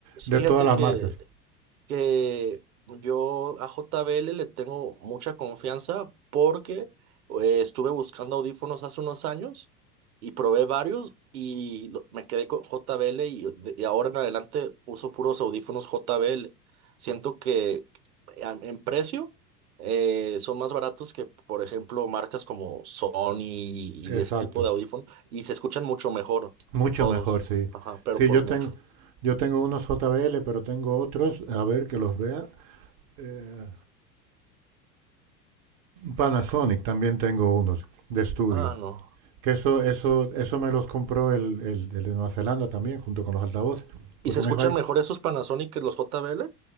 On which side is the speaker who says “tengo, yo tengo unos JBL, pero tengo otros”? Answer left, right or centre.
Right